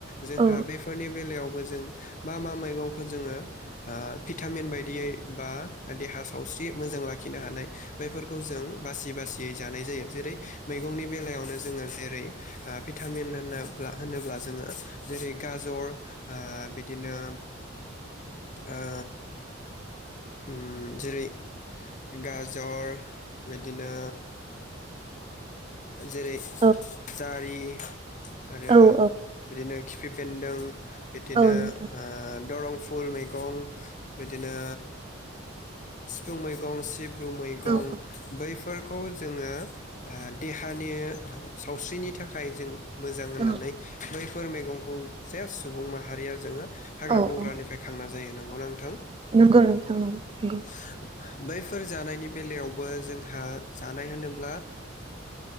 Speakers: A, on the left; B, on the right.
A: जोंहा
B: औ
A: बेफोरनि बेलायावबो जों मा मा मैगंखौ जोङो औ बिथामिन बायदियोबा देहा सावस्रि मोजां लाखिनो हानाय बेफोरखौ जों बासि बासियै जानाय जायो जेरै मैगंनि बेलायावनो जोङो जेरै भिटामिन होनोब्ला जोङो जेरै गाजर ओ बिदिनो ओ उम जेरै गाजर बिदिनो जेरै
B: औ
A: जारि आरो
B: औ
A: बिदिनो खिफि बेन्दों बिदिनो
B: नोंथां
A: दरं फुल मैगं बिदिनो सिफुं मैगं सिब र मैगं
B: औ औ
A: बैफोर खौ जोङो ओ देहानि सावस्रिनि थाखाय जों मोजां होननानै
B: औ
A: बैफोर मैगं खौ जे सुबुं माहारिया जोङो हाग्रा
B: औ
A: बंग्रानिफ्राय
B: औ
A: खांना जायो नामा? गोनांथाव
B: नंगौ न नंगौ
A: बैफोर जानायनि बेलायावबो जोंहा जानाय होनोब्ला